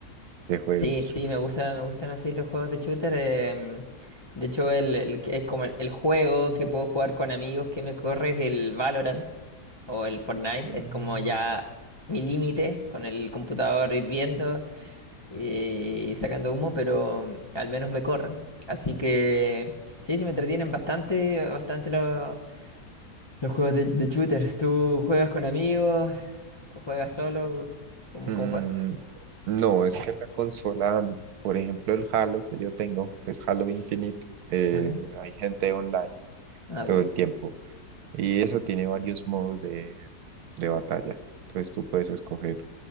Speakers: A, on the right; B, on the left.
A: de juegos.
B: Sí, sí, me gusta, me gustan así los juegos de shooter. em, de hecho, el, el que es como el, el juego que puedo jugar con amigos que me corre es el Valorant o el Fortnite.
A: Mm,
B: Es como ya mi límite con el computador hirviendo y sacando humo, pero mm, al menos me corren. Así que sí, sí me entretienen bastante, bastante los, los juegos de, de shooter. ¿Tú juegas con amigos? ¿Juegas solo? ¿Cómo,
A: mm,
B: cómo juegas?
A: no, es que en la consola, por ejemplo, el Halo que yo tengo, que es Halo Infinite, eh,
B: Okay.
A: hay gente online
B: Ah,
A: todo
B: ok.
A: el tiempo. Y eso tiene varios modos de, de batalla. Entonces tú puedes escoger.